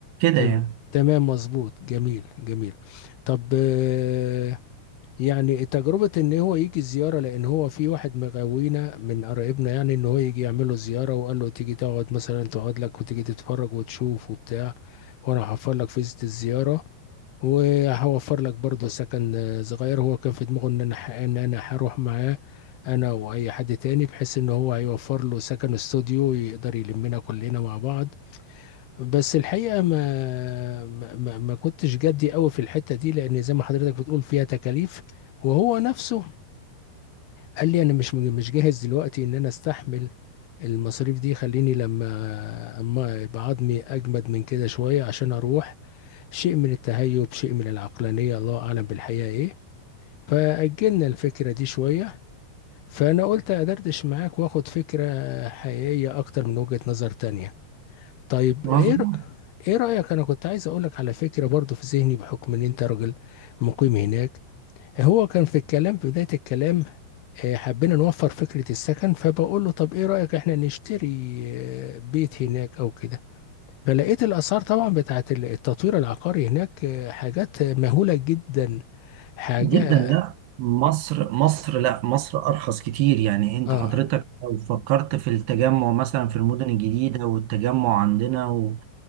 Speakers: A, on the left; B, on the right.
A: تمام
B: يعني
A: تمام مظبوط جميل جميل طب آه، يعني تجربة ان هو يجي زيارة لان هو في واحد مغاوينا من قرايبنا يعني ان هو يجي يعمل له زيارة وقال له تيجي تقعد مثلا تقعد لك وتيجي تتفرج وتشوف وبتاع وانا هوفر لك فيزة الزيارة وهوفر لك برضه سكن آه، صغير هو كان في دماغه ان انا ح- ان انا هروح معاه انا واي حد تاني بحيث ان هو هيوفر له سكن استوديو يقدر يلمنا كلنا مع بعض بس الحقيقة ما ما ما ما كنتش جدي قوي في الحتة دي لأن زي ما حضرتك بتقول فيها تكاليف وهو نفسه قال لي أنا مش مش جاهز دلوقتي إن أنا أستحمل المصاريف دي خليني لما أما يبقى عظمي أجمد من كده شوية عشان أروح شيء من التهيب شيء من العقلانية الله أعلم بالحقيقة إيه فأجلنا الفكرة دي شوية فأنا قلت أدردش معاك وآخد فكرة حقيقية أكتر من وجهة نظر تانية طيب
B: مظبوط
A: إيه ايه رأيك انا كنت عايز اقولك على فكرة برضو في ذهني بحكم ان انت راجل مقيم هناك هو كان في الكلام في بداية الكلام آه، حبينا نوفر فكرة السكن فبقول له طب ايه رأيك احنا نشتري آه، بيت هناك او كده فلقيت الاسعار طبعا بتاعت ال- التطوير العقاري هناك آه، حاجات مهولة جدا حاجة
B: جدا لا مصر مصر لا مصر أرخص كتير يعني أنت
A: اه
B: حضرتك لو فكرت في التجمع مثلا في المدن الجديدة والتجمع عندنا و...